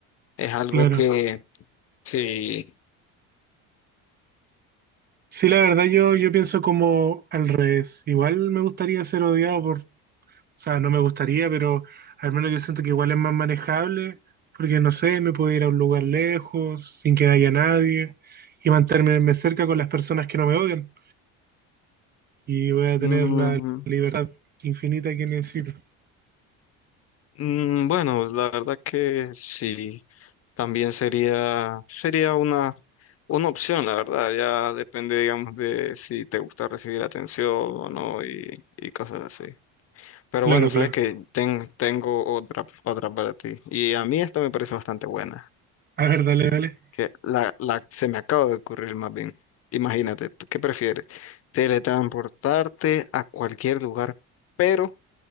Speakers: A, on the left; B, on the right.
A: es algo
B: claro.
A: que, sí.
B: Sí, la verdad yo, yo pienso como al revés. Igual me gustaría ser odiado por O sea, no me gustaría, pero al menos yo siento que igual es más manejable, porque no sé, me puedo ir a un lugar lejos, sin que haya nadie, y mantenerme cerca con las personas que no me odian, y voy a
A: Mm,
B: tener la libertad infinita que necesito.
A: mm, bueno, la verdad que sí. También sería, sería una Una opción, la verdad, ya depende, digamos, de si te gusta recibir atención o no y, y cosas así. Pero
B: Claro,
A: bueno, sabes
B: claro.
A: que tengo otra, otra para ti. Y a mí esta me parece bastante buena,
B: A ver, dale, dale.
A: que la, la se me acaba de ocurrir más bien. Imagínate, ¿tú ¿qué prefieres? Teletransportarte a cualquier lugar, pero